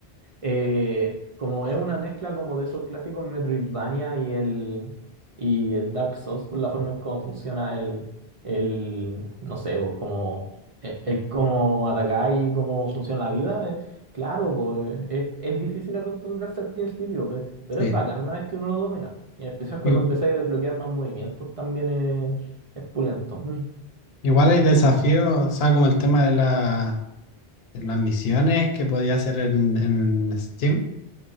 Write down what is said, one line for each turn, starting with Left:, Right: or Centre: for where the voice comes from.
Right: eh, como es una mezcla como de esos clásicos Metroidvania y el, y el Dark Souls por la forma en cómo funciona el, el no sé, pues como el, el cómo atacar y cómo funciona la vida, eh, claro, pues eh, es, es difícil acostumbrarse al principio, pe- pero
Left: Sí.
Right: es bacán una vez que uno lo domina. Y en especial cuando
Left: Igu-
Right: empezáis a desbloquear más movimientos también es, es pulento. Mm,
Left: Igual hay desafíos, o sea, como el tema de, la, de las misiones que podía hacer en, en Steam.